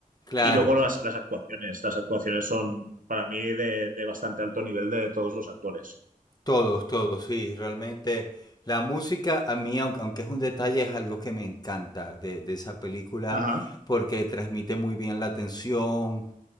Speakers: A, on the left (about 30°); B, on the right (about 70°).
A: claro.
B: Y luego las, las actuaciones. Las actuaciones son para mí de, de bastante alto nivel de todos los actores.
A: Todos, todos, sí. Realmente la música a mí, aun- aunque es un detalle, es algo que me encanta de, de esa película
B: Ajá,
A: porque transmite muy bien la tensión,